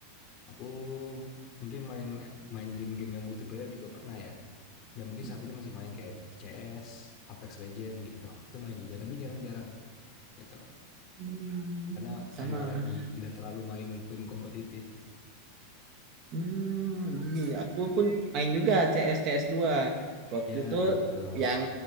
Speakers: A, on the left; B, on the right.
A: Aku mungkin main main game-game yang multiplayer juga pernah ya. Dan mungkin
B: Hmm.
A: saat ini masih main kayak CS, Apex Legend gitu. Itu main juga, tapi jarang-jarang gitu.
B: Hmm,
A: Karena
B: sama.
A: emang lagi nggak terlalu main game kompetitif.
B: Hmm, iya, iya. aku pun main juga CS CS dua Waktu
A: Ya,
B: itu
A: betul.
B: yang